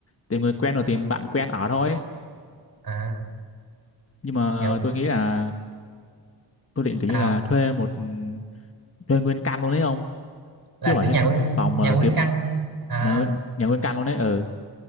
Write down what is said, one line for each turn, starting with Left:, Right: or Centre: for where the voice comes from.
Left: tìm người quen rồi tìm bạn quen ở thôi
Right: à
Left: nhưng mà
Right: kiểu
Left: tôi nghĩ là tôi định kiểu
Right: sao
Left: như là thuê một ừ, thuê nguyên căn luôn đấy không
Right: là
Left: chứ không
Right: cứ
Left: phải
Right: nhà
Left: thuê
Right: nguyên
Left: phòng mà
Right: nhà nguyên
Left: là kiếm
Right: căn à
Left: nhà nguyên nhà nguyên căn luôn đấy ừ